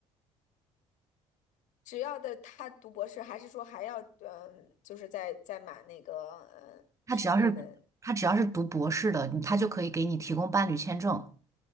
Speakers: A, on the left; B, on the right.
A: 只要的他读博士，还是说还要嗯，就是再再满那个嗯十年的。
B: 他只要是他只要是读博士的，他就可以给你提供伴侣签证。